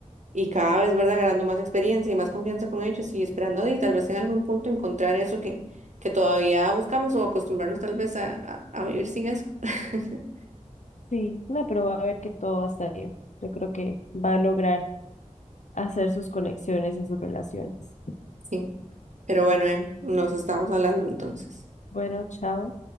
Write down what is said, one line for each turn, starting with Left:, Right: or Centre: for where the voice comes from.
Right: y cada vez, ¿verdad? Ganando más experiencia y más confianza con ellos y esperando y tal vez en algún punto encontrar eso que, que todavía buscamos o acostumbrarnos tal vez a, a, a vivir sin eso. <laughs>
Left: Sí, no, pero va a ver que todo va a estar bien. Yo creo que va a lograr hacer sus conexiones en sus relaciones.
Right: Sí. Pero bueno, Emi, nos estamos hablando entonces.
Left: Bueno, chao.